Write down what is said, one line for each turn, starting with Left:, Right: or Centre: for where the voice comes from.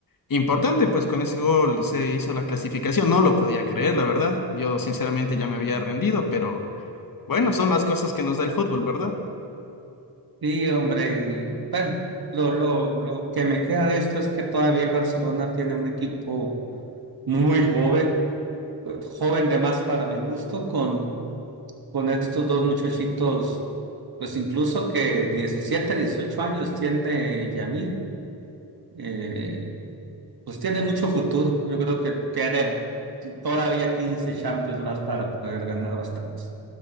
Left: importante, pues con ese gol se hizo la clasificación. No lo podía creer, la verdad. Yo sinceramente ya me había rendido, pero bueno, son las cosas que nos da el fútbol, ¿verdad?
Right: Sí, hombre, y bueno, lo, lo, lo que me queda de esto es que todavía el Barcelona tiene un equipo muy joven, pues, joven de más para mi gusto, con, con estos dos muchachitos, pues incluso que 17 18 años tiene Yamil, eh, pues tiene mucho futuro. Yo creo que tiene todavía 15 Champions más para poder ganar bastantes.